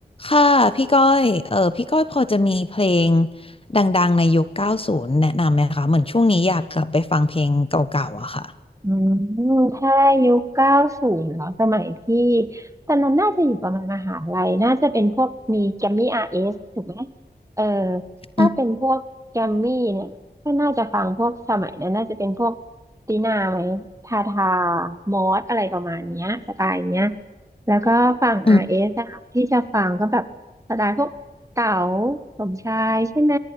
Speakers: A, on the left; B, on the right.
A: ค่ะพี่ก้อยเออพี่ก้อยพอจะมีเพลงดังๆในยุค90แนะนำไหมคะเหมือนช่วงนี้อยากกลับไปฟังเพลงเก่าๆอะค่ะ
B: อืมถ้ายุคเก้าศูนย์เหรอสมัยพี่ตอนนั้นน่าจะอยู่ประมาณมหาลัยน่าจะเป็นพวกมีแกมมี่อาร์เอสถูกไหมเออถ้าเป็นพวกแกมมี่เนี่ยก็น่าจะฟังพวกสมัยนั้นน่าจะเป็นพวก
A: อืม
B: ตีนาไหมทาทามอสอะไรประมาณเนี้ยสไตล์เนี้ยแล้วก็ฝั่ง
A: อืม
B: RS อสอะที่จะฟังก็แบบสไตล์พวกเต๋าสมชายใช่ไหม